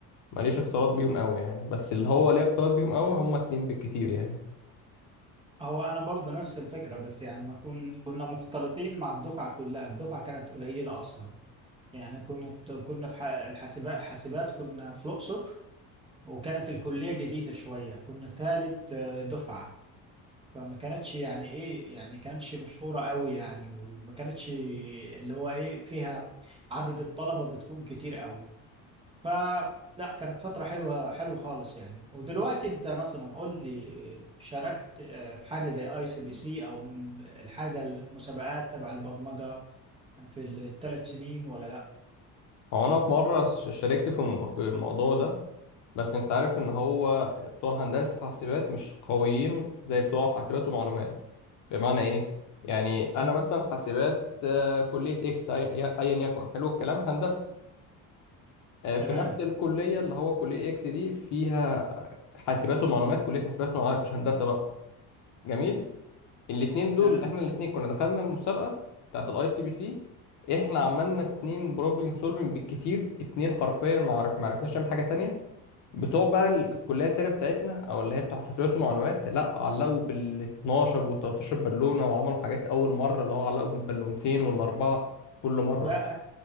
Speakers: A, on the left (about 55°); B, on the right (about 15°).
A: ماليش اختلاط بيهم قوي يعني بس اللي هو
B: هو
A: ليه اختلاط بيهم قوي هم اتنين بالكتير يعني
B: هو أنا برضه نفس الفكرة بس يعني ما كن كنا مختلطين مع الدفعة كلها الدفعة كانت قليلة أصلا يعني كنت كنا في ح- الحاسبات حاسبات كنا في الأقصر وكانت الكلية جديدة شوية كنا ثالث دفعة فما كانتش يعني ايه يعني كانتش مشهورة قوي يعني وما كانتش اللي هو ايه فيها عدد الطلبة بتكون كتير قوي فلا كانت فترة حلوة حلوة خالص يعني ودلوقتي انت مثلا قول لي شاركت آه، في حاجة زي اي سي بي سي او الحاجة المسابقات تبع البرمجة في الثلاث سنين ولا لا
A: هو انا في مره ش- شاركت في الم- في الموضوع ده بس انت عارف ان هو بتوع هندسه حاسبات مش قويين زي بتوع حاسبات ومعلومات بمعنى ايه يعني انا مثلا حاسبات آه، كليه اكس أي- ايا يكن حلو الكلام هندسه آه،
B: تمام
A: في نفس الكلية اللي هو كلية اكس دي فيها حاسبات ومعلومات كلية حاسبات ومعلومات مش هندسة بقى جميل الاتنين دول
B: تمام
A: احنا الاتنين كنا دخلنا المسابقة بتاعت الاي سي بي سي احنا عملنا اتنين بروبلم سولفنج بالكتير اتنين حرفيا ما عرف ما عرفناش نعمل حاجة تانية بتوع بقى الكلية التانية بتاعتنا او اللي هي بتاع حاسبات ومعلومات لا علقوا بال 12 وال 13 بالونة وعملوا حاجات اول مرة اللي هو علقوا بالبالونتين والاربعة كل مرة
B: لا